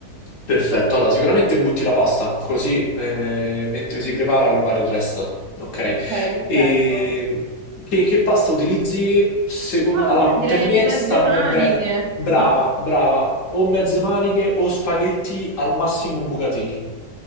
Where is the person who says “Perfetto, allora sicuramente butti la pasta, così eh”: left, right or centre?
Left